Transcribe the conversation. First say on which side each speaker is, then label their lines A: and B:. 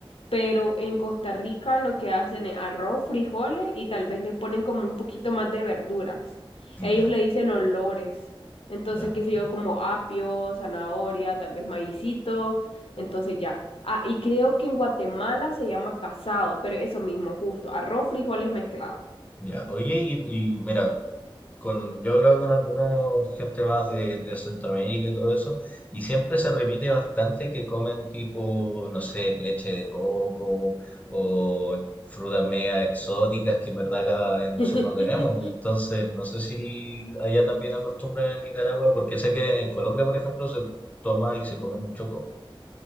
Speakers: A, on the left (about 80°); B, on the left (about 15°).
A: Pero en Costa Rica lo que hacen es arroz, frijoles y tal vez le ponen como un poquito más de verduras. Ellos
B: Ya,
A: le dicen olores. Entonces,
B: ya entiendo.
A: qué sé yo, como apio, zanahoria, tal vez maicito. Entonces ya. Ah, y creo que en Guatemala se llama casado, pero eso mismo, justo, arroz, frijoles mezclado.
B: Ya. Oye, y, y mira, con, yo he hablado con algunos gente más de, de Centroamérica y todo eso, y siempre se repite bastante que comen tipo, no sé, leche de coco o frutas media exóticas que en verdad acá en el
A: <laughs>
B: sur no tenemos. Entonces, no sé si allá también acostumbran en Nicaragua, porque sé que en Colombia, por ejemplo, se toma y se come mucho coco.